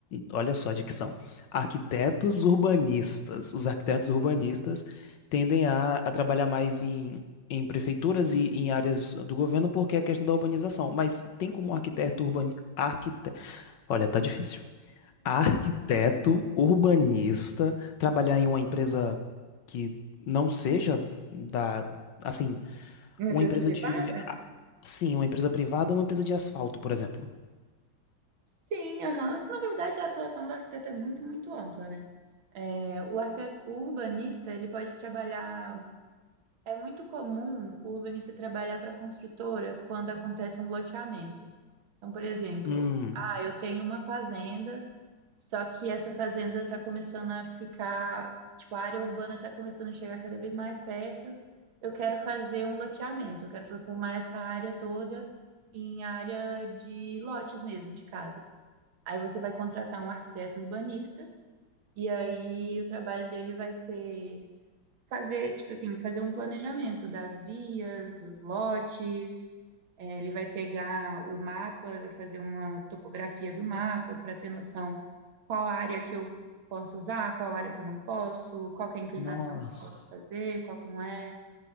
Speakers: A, on the left (about 65°); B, on the right (about 80°).
A: olha só a dicção, arquitetos urbanistas. Os arquitetos urbanistas tendem a, a trabalhar mais em, em prefeituras e em áreas do governo porque é a questão da urbanização. Mas tem como arquiteto urbanista, arquite, olha, tá difícil. Arquiteto urbanista trabalhar em uma empresa que não seja da, assim
B: Uma
A: uma
B: empresa
A: empresa
B: privada?
A: de. a- Sim, uma empresa privada ou uma empresa de asfalto, por exemplo.
B: Sim, aham. Na verdade, a atuação do arquiteto é muito, muito ampla, né? É, O, arquite- o urbanista, ele pode trabalhar. É muito comum o urbanista trabalhar para a construtora quando acontece um loteamento. Então, por exemplo,
A: Hum,
B: ah, eu tenho uma fazenda, só que essa fazenda está começando a ficar, tipo, a área urbana está começando a chegar cada vez mais perto. Eu quero fazer um loteamento, eu quero transformar essa área toda em área de lotes mesmo, de casas. Aí você vai contratar um arquiteto urbanista e aí o trabalho dele vai ser fazer, tipo assim, fazer um planejamento das vias, dos lotes. É, ele vai pegar o mapa, vai fazer uma topografia do mapa para ter noção qual área que eu posso usar, qual área que eu não posso, qual que é a inclinação
A: nossa.
B: que eu posso fazer, qual que não é.